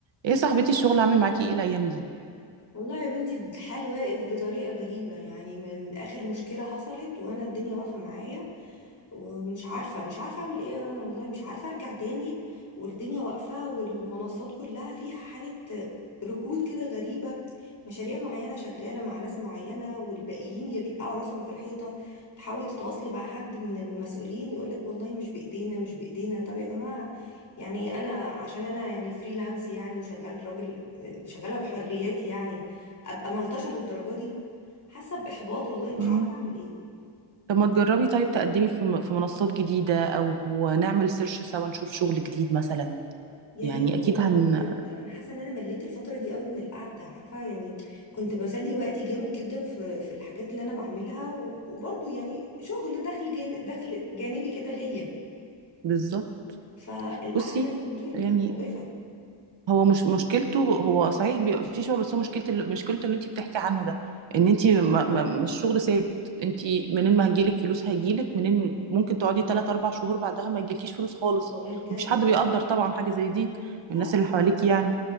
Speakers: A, on the right; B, on the left.
A: ايه يا صاحبتي الشغل عامل معاكي ايه الايام دي
B: والله يا بنتي الحال واقف بطريقة غريبة يعني من آخر مشكلة حصلت وأنا الدنيا واقفة معايا ومش عارفة مش عارفة أعمل إيه يا رنا والله مش عارفة أرجع تاني والدنيا واقفة والمنصات كلها فيها حالة ركود كده غريبة مشاريع معينة شغالة مع ناس معينة والباقيين يرقعوا راسهم في الحيطة تحاولي تتواصلي مع حد من المسؤولين يقولك والله مش بإيدينا مش بإيدينا طب يا جماعة يعني أنا عشان أنا يعني فريلانس يعني وشغال راجل شغالة بحرياتي يعني أبقى ملطشة للدرجة دي حاسة بإحباط والله مش
A: مم.
B: عارفة أعمل إيه
A: طب ما تجربي طيب تقدمي في م- في منصات جديدة او نعمل سيرش سوا نشوف شغل جديد مثلا
B: يا
A: يعني
B: ريت والله
A: اكيد هن
B: بجد انا حاسه ان انا مليت الفتره دي قوي من القعده عارفه يعني كنت بسلي وقتي جامد جدا في في الحاجات اللي انا بعملها و- وبرضه يعني شغل دخل جان دخل جانبي كده ليا
A: بالظبط
B: فالقعده
A: بصي
B: اللي من دول
A: يعني
B: مقرفه
A: هو مش مشكلته هو صحيح بيبقى في شغل بس هو مشكلته مشكلته اللي انت بتحكي عنه ده
B: امم
A: ان انت ما ما مش شغل ثابت انت منين ما هيجيلك فلوس هيجيلك منين ممكن تقعدي 3 4 شهور بعدها ما يجيلكيش فلوس خالص
B: والله بجد
A: مفيش حد
B: ايوه
A: بيقدر طبعا حاجة زي دي
B: لا
A: من الناس اللي حواليك يعني